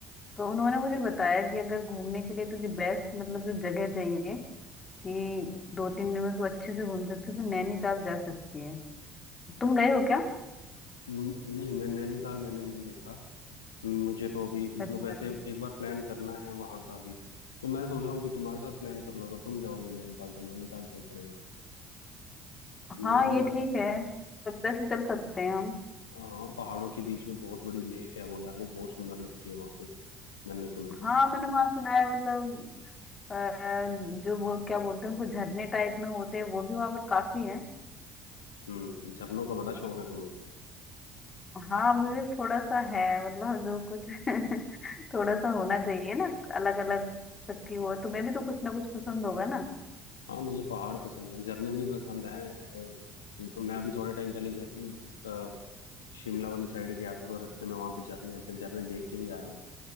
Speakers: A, on the left (about 35°); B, on the left (about 80°).
A: तो उन्होंने मुझे बताया कि अगर घूमने के लिए तुझे बेस्ट मतलब जो जगह चाहिए कि दो तीन दिन में तू अच्छे से घूम सकती है तो नैनीताल जा सकती है तुम गए हो क्या
B: न- नहीं मैं नैनीताल मैंने नहीं देखा मुझे तो अभी मतलब
A: अच्छा
B: वैसे एक बार प्लान करना है वहां का भी तो मैं सोच रहा हूँ कि तुम्हारे साथ प्लान कर लो अगर तुम जाओगे नैनीताल तो नैनीताल चल पड़ेगा
A: हाँ
B: नैनीताल
A: ये ठीक है सभ्यता से चल सकते हैं हम
B: हाँ पहाड़ों के बीच में बहुत बड़ी लेक है वो यार वो बहुत सुंदर लगती है वहां पे मैंने सुना है।
A: हाँ मैंने वहाँ सुना है मतलब अ, जो वो क्या बोलते हैं उनको झरने टाइप में होते हैं वो भी वहां पर काफी है
B: हम्म झरनों का बड़ा शौक है तुम्हें
A: हाँ मुझे थोड़ा सा है मतलब जो कुछ <laughs> थोड़ा सा होना चाहिए ना अलग अलग सबकी वो है। तुम्हें भी तो कुछ ना कुछ पसंद होगा ना
B: हाँ मुझे पहाड़ पसंद है झरने भी पसंद है मैं अभी थोड़े टाइम पहले झर, अ, शिमला वाली साइड गया था तो रास्ते में वहां पे झरने आते हैं झरने देख के भी आया हूँ